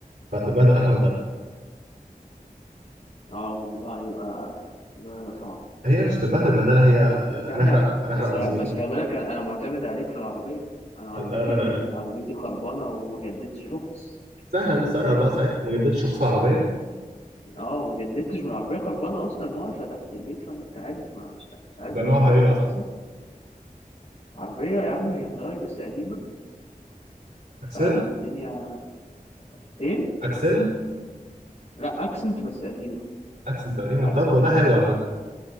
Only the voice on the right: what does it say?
فهتتبهدل احلى بهدله
هي مش هتتبهدل بهدله هي
هنحرق
هنحرق
بنزين
لا لا لا
سهله نسرق بقى ساعتها ما جددتش رخص العربيه
ده نوعها
ايه اصلا
اكسل
اكسل
اكسن تقريبا
طب والله
حلو على فكره